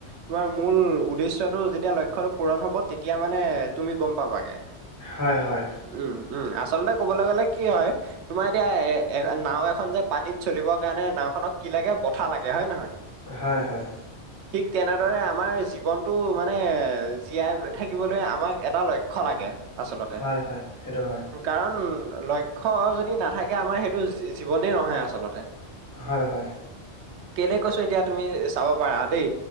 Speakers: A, on the right; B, on the left.
A: তোমাৰ মূল উদ্দেশ্যটো যেতিয়া লক্ষ্যটো
B: হয় হয়
A: উম উম আচলতে ক'বলৈ গলে কি হয় তোমাৰ এতিয়া এ নাওঁ এখন যে, পানীত চলিবৰ কাৰণে নাওঁখনক কি লাগে? বঠা লাগে হয়, নহয়?
B: হয় হয়
A: ঠিক তেনেদৰে আমাৰ জীৱনটো মানে জীয়াই থাকিবলৈ আমাক এটা লক্ষ্য লাগে আচলতে
B: হয়, হয়, সেইটো হয়,
A: কাৰণ লক্ষ্য যদি নাথাকে, আমাৰ সেইটো জী-জীৱনে নহয় আচলতে।
B: হয় হয়
A: কেলে কৈছো এতিয়া তুমি চাব পাৰা দেই